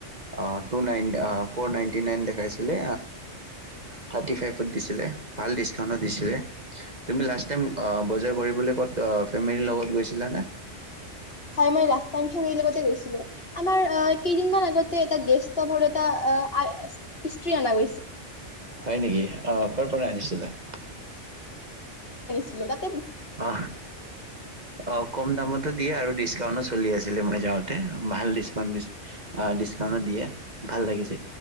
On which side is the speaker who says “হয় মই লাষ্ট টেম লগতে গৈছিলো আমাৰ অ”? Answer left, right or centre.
Left